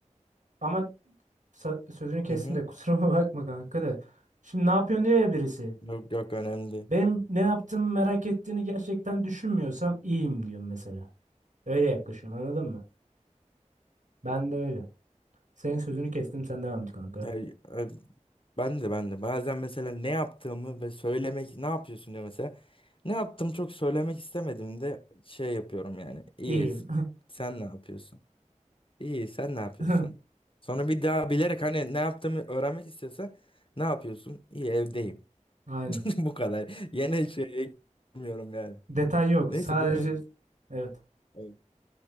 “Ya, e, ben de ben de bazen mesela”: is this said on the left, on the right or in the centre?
Left